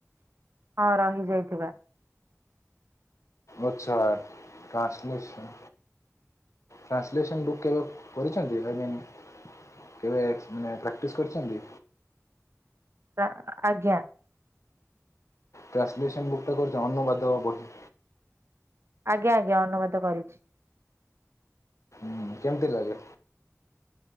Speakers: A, on the right; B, on the left.
A: ହଁ ରହି ଯାଇଥିବା।
B: ଆଛା ଟ୍ରାସଲେସନ୍। ଟ୍ରାନ୍ସଲେସନ୍ ବୁକ୍ କେବେ କରିଛନ୍ତି ଆଇମିନ୍। କେବେ ମାନେ ପ୍ରାକ୍ଟିସ୍ କରିଛନ୍ତି।
A: ଆ ଆଜ୍ଞା।
B: ଟ୍ରାନ୍ସଲେସନ୍ ବୁକ୍ ଟା <unintelligible> ବାଧ୍ୟବା ବହି
A: ଆଜ୍ଞା ଆଜ୍ଞା ଅନୁବାଦ କରିଛି।
B: ହୁଁ କେମିତି କହିଲେ?